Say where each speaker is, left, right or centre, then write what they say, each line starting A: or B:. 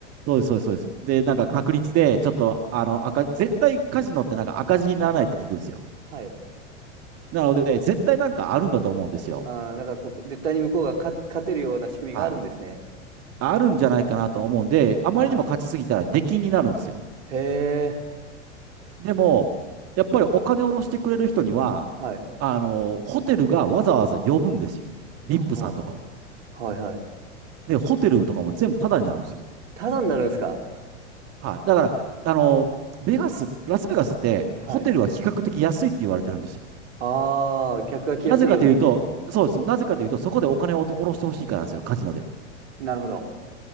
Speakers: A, on the right; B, on the right.
A: そうです、そうです、そうです。で、なんか、確率で、ちょっと、あの、赤、絶対カジノってなんか赤字にならないって聞くんですよ。
B: はい。
A: なので、絶対なんかあるんだと思うんですよ。
B: ああ、なんかこう、絶対に向こうが勝、勝てるような仕組みがあるんですね。
A: はい。あるんじゃないかなと思うんで、あまりにも勝ちすぎたら出禁になるんですよ。
B: はい。へえ、
A: でも、やっぱりお金を下ろしてくれる人には、
B: はい。
A: あの、ホテルがわざわざ呼ぶんですよ。VIP
B: は
A: さんとかは。
B: あ、はいはい。
A: で、ホテルとかも全部タダになるんですよ。
B: ただになるんですか
A: はい。だから、あの、ベガス、ラスベガスって、
B: はい。
A: ホテルは比較的安いって言われてるんですよ。
B: ああ、客が来やすいように。
A: なぜかというと、そうです。なぜかというと、そこでお金を下ろしてほしいからなんですよ、カジノで。
B: なるほど。